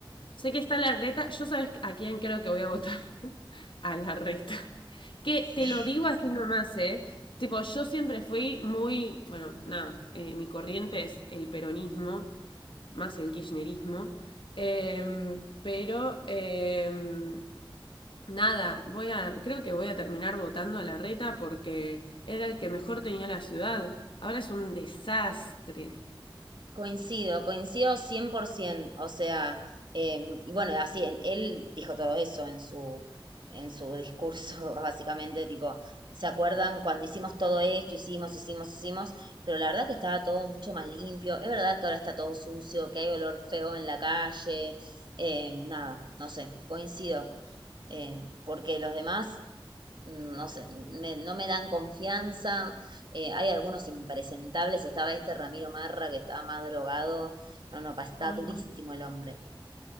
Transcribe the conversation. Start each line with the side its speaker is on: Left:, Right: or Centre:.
Left: sé que está la reta Yo sabes a quién creo que voy a votar. <laughs> A la reta Que
Right: Sí,
Left: te lo digo así nomás, ¿eh? Tipo, yo siempre fui muy... Bueno, nada, eh, mi corriente es el peronismo, más el kirchnerismo. em, pero... em, Nada, voy a, creo que voy a terminar votando a la reta porque era el que mejor tenía la ciudad. Ahora es un desastre.
Right: Coincido, coincido 100%, o sea, eh, y bueno, así, en- él dijo todo eso en su, en su discurso, <laughs> básicamente, tipo, ¿se acuerdan cuando hicimos todo esto, hicimos, hicimos, hicimos? Pero la verdad que estaba todo mucho más limpio, es verdad que ahora está todo sucio, que hay olor feo en la calle, eh, nada, no sé, coincido, eh, porque los demás no sé, me- no me dan confianza. eh, hay algunos impresentables. Estaba este Ramiro Marra que estaba más drogado. No, no, pa- está
Left: Ay,
Right: durísimo
Left: no.
Right: el hombre.